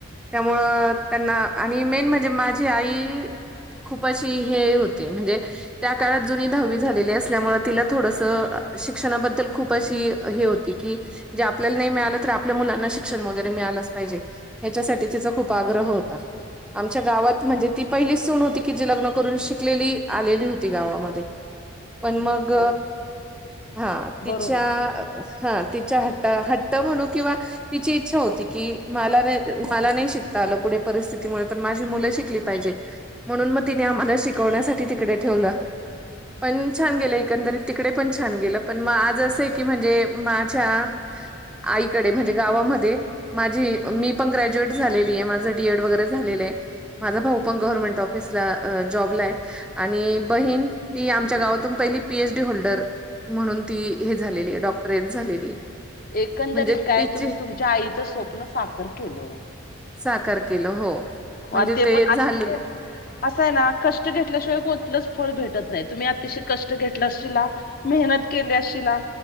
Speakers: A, in the centre; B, on the left.
A: त्यामुळं त्यांना आणि मेन म्हणजे माझी आई खूप अशी हे होते म्हणजे त्या काळात जुनी दहावी झालेली असल्यामुळं तिला थोडस शिक्षणाबद्दल खूप अशी हे होती की? ते आपल्याला नाही मिळालं तर आपल्या मुलांना शण वगैरे मिळालंच पाहिजे हच्यासाठी तिचा खूप आग्रह होता. आमच्या गावात म्हणजे ती पहिली सुण होती की जी लग्न करून शिकलेली आलेली होती गावामध्ये. पण मग
B: हो
A: हा तिच्या.
B: बरोबर आहे
A: हा तिच्या हट्टा हट्ट म्हणू किंवा तिची इच्छा होती की मला नाही मला नाही शिकता आलं पुढे परिस्थितीमुळे पण माझी मुलं शिकली पाहिजे. म्हणून मग तिने आम्हाला शिकवण्यासाठी तिकडे ठेवलं. पण छान गेलं एकंदरीत तिकडे पण छान गेलं पण मग आज असं की म्हणजे माझ्या आईकडे म्हणजे गावामध्ये माझी मी पण ग्रॅज्युएट झालेली आहे माझ डीएड वगैरे झालेलं आहे. माझा भाऊ पण गव्हर्मेंट ऑफिसला जॉबला आहे. आणि बहीण ती आमच्या गावातून पहिली पीएच डी होल्डर म्हणून ती हे झालेली डॉक्टरेट झालेली आहे.
B: एकंदरीत
A: म्हणजे
B: काय
A: तिची
B: तुम्ही तुमच्या आईचं स्वप्न साखर केलं.
A: साकार केलं हो.
B: हो
A: म्हणजे
B: तेप
A: ते
B: <unintelligible>
A: झालं
B: असं आहे ना कष्ट घेतल्याशिवाय कोणतलंच फळ भेटत नाही तुम्ही अतिशय कष्ट घेतलाशिला मेहनत केली अशिला